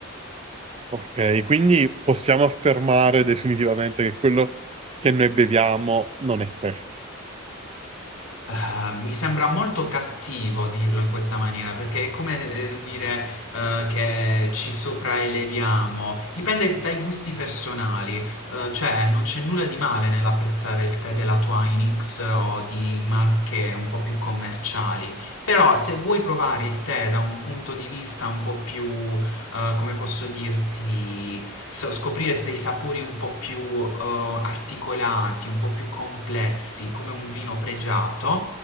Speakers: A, on the right; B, on the left.
A: Ok, quindi possiamo affermare definitivamente che quello che noi beviamo non è tè.
B: Eh, mi sembra molto cattivo dirlo in questa maniera perché è come eh, dire eh, che ci sopraeleviamo, dipende dai gusti personali, Eh, cioè non c'è nulla di male nell'apprezzare il tè della Twinings o di marche un po' più commerciali, però se vuoi provare il tè da un punto di vista un po' più, eh, come posso dirti, so- scoprire dei sapori un po' più eh, articolati, un po' più complessi, come un vino pregiato,